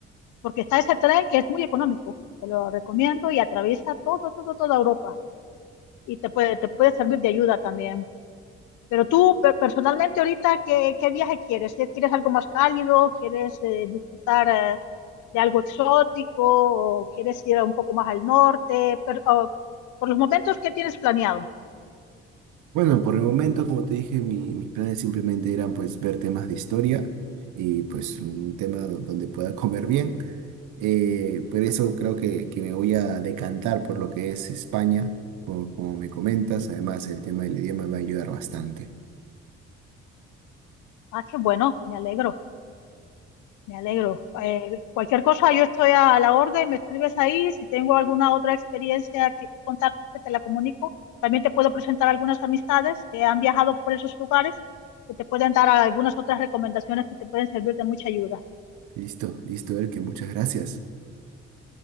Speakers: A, on the left; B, on the right.
A: porque está ese tren que es muy económico, te lo recomiendo y atraviesa todo, todo, toda Europa y te puede, te puede servir de ayuda también. Pero tú, pe- personalmente, ahorita, ¿qué, qué viaje quieres? ¿Eh? ¿Quieres algo más cálido? ¿Quieres eh, disfrutar eh, de algo exótico? ¿O quieres ir un poco más al norte? Pero, oh, por los momentos, ¿qué tienes planeado?
B: Bueno, por el momento, como te dije, mi- mis planes simplemente eran pues ver temas de historia y pues un tema do- donde pueda comer bien. Eh, por eso creo que, que me voy a decantar por lo que es España, por como me comentas. Además, el tema del idioma me va a ayudar bastante.
A: Ah, qué bueno, me alegro, me alegro. Eh, cualquier cosa, yo estoy a la orden, me escribes ahí, si tengo alguna otra experiencia que contarte, te la comunico. También te puedo presentar algunas amistades que han viajado por esos lugares, que te pueden dar algunas otras recomendaciones que te pueden servir de mucha ayuda.
B: Listo, listo, que muchas gracias.